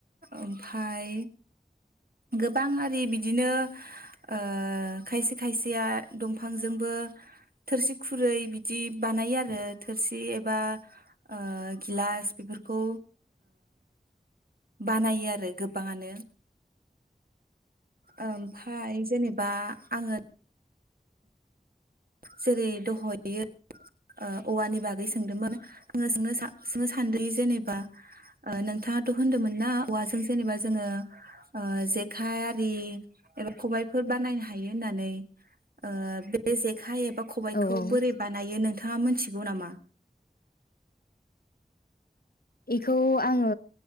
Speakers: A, on the right; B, on the left.
A: ओमफाय गोबां आरि बिदिनो ओ खायसे खायसेया दंफांजोंबो थोरसि खुरै बिदि बानायो आरो थोरसि एबा ओ गिलास बेफोरखौ बानायो आरो गोबाङानो ओमफाय जेनेबा आंङो जेरै दहयो औवानि बाग गै सोंदोंमोन <unintelligible> खान्दै जेनेबा ओ नोंथाङाथ होनदोंमोन ना औवाजों जेनेबा जोङो ओ जेखाइ आरि एबा खबाइफोर बानायनो हायो होननानै ओ बे जे खाय खबायखौ
B: औ औ
A: बोरै बानायो नों नोंथाङा मोनथिगौ नामा?
B: इखौ आंङो